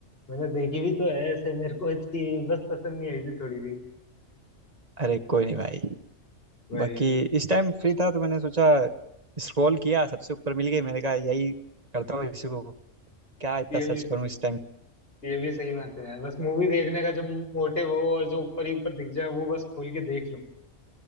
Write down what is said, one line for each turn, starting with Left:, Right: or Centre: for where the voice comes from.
Left: मैंने देखी भी तो है ऐसे मेरे को इसकी बस पसंद नहीं आई थी थोड़ी सी
Right: अरे कोई नहीं भाई
Left: भाई
Right: बाकी इस टाइम फ्री था तो मैंने सोचा स्क्रॉल किया सबसे ऊपर मिल गई मैंने कहा यही करता हूँ इसी को क्या इतना
Left: ये
Right: सर्च
Left: भी
Right: करूँ इस टाइम
Left: ये भी सही बात है यार बस मूवी देखने का जब मोटिव हो और जो ऊपर ही ऊपर दिख जाए वो बस खोल के देख लो